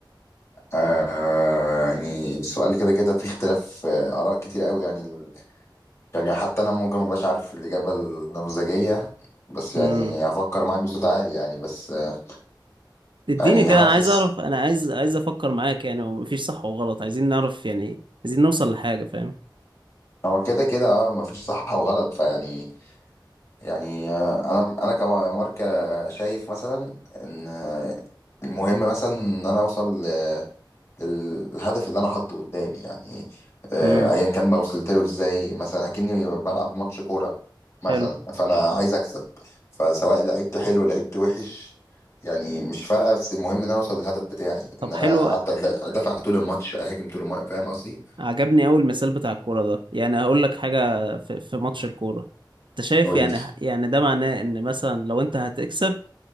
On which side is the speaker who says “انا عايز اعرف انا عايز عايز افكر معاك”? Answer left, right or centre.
Right